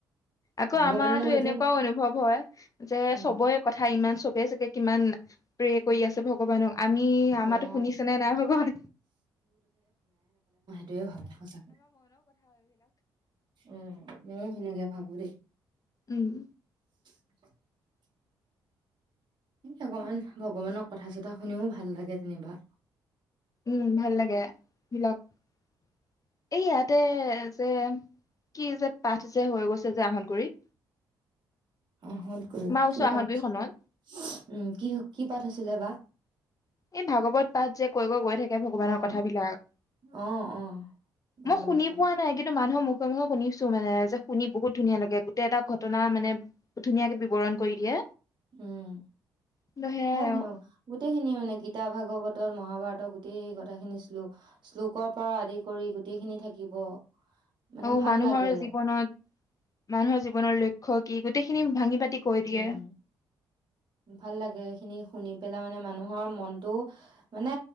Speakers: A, on the left; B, on the right.
A: আকৌ
B: ভগৱানৰ
A: আমাৰোতো
B: লগত
A: এনেকুৱাও
B: যেন
A: অনুভৱ হয় যে
B: উম
A: চবৰে কথা ইমান চবে চাগে কিমান প্ৰে কৰি আছে ভগৱানক আমি
B: অ'
A: আমাৰো শুনিছেনে নাই ভগৱান
B: দেও স সঁচাকৈ উম মোৰ সেনেকে ভাবো দেই
A: উম
B: <unintelligible> ভগৱান ভগৱানৰ কথা চথা শুনিও ভাল লাগে যেনিবা
A: উম ভাল লাগে ধৰি লক এই ইয়াতে যে কি যে পাঠ যে হৈ গৈছে যে আহটগুৰিত
B: আহটগুৰিত
A: ওচৰ
B: কিমান
A: আহতগুৰিখনত
B: পাত ছিল উম কি কি পাঠ হৈছিলে বা
A: এই ভাগৱত পাঠ যে কৈ গৈ গৈ থাকে ভগৱানৰ
B: অ',
A: কথাবিলাক
B: অ', অ' ভাগৱত
A: মই শুনি
B: পাঠ।
A: পোৱা নাই কিন্তু মানুহৰ মুখ শুনিছোঁ মানে যে শুনি বহুত ধুনীয়া লাগে গোটেই এটা ঘটনা মানে ধুনীয়াকে বিৱৰণ কৰি দিয়ে
B: উম
A: কিন্তু সেয়াই
B: সাতনো
A: আৰু
B: গোটেই খিনি মানে গীতা ভাগৱতত মহাভাৰতৰ গোটেই কথাখিনি শ্লো শ্লোকৰ পৰা আদি কৰি গোট গোটেইখিনি থাকিব মানে
A: অহ
B: ভাল
A: মানুহৰ
B: লাগে
A: জীৱনত মানুহৰ জীৱনৰ লক্ষ্য কি গোটেইখিনি ভাঙি পাতি পাতি কৈ দিয়ে
B: উম। ভাল লাগে এইখিনি শুনি পেলাই মানে মানুহৰ মনটো মানে